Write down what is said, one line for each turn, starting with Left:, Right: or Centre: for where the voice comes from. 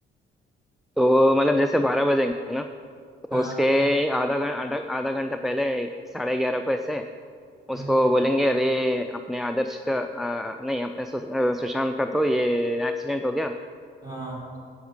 Centre: तो मतलब जैसे बारह बजेंगे ना
Right: हाँ
Centre: तो उसके आधा घं- आधा आधा घंटा पहले साढ़े ग्यारह को ऐसे
Right: हम्म,
Centre: उसको बोलेंगे अरे अपने आदर्श का अ, नहीं अपने सु, अ, सुशांत का तो ये एक्सीडेंट हो गया
Right: हाँ